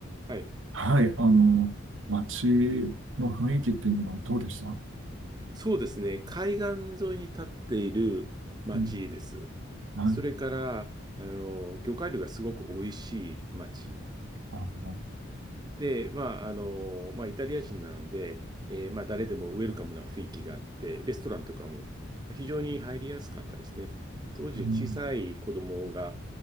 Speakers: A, on the right; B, on the right.
A: はい。
B: はい、あの、町の雰囲気っていうのはどうでした
A: そうですね。海岸沿いに立っている町です。
B: うん、はい、
A: それから、あの、魚介類がすごく美味しい町。
B: あの、
A: で、まあ、あの、まあ、イタリア人なので、えーまあ、誰でもウェルカムな雰囲気があって、レストランとかも非常に入りやすかったですね。当時小さい子供が
B: うん、